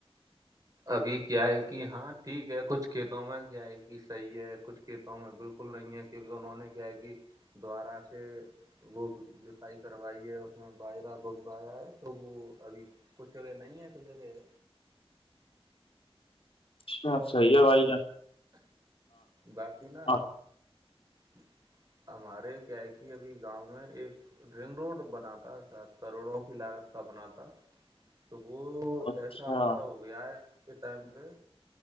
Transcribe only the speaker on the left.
اچھا صحیح ہے بھائی جار
آپ-
اچھا